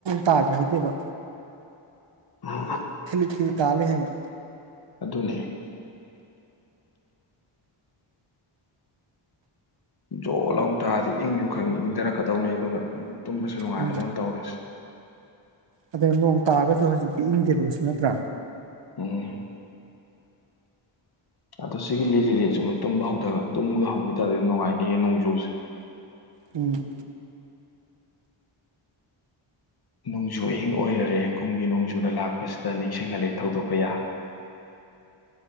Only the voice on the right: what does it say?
ꯇꯥꯒꯦ ꯍꯥꯏꯗꯦꯕ
ꯊꯤꯂꯤ ꯊꯤꯂꯤ ꯇꯥꯂ°ꯍꯩꯕ
ꯎꯝ
ꯑꯗꯩ ꯅꯣꯡ ꯇꯥꯔꯒꯁꯨ ꯍꯧꯖꯤꯛꯇꯤ ꯏꯪꯗꯦꯕ ꯀꯩꯁꯨ ꯅꯠꯇ꯭ꯔꯥ
ꯎꯝ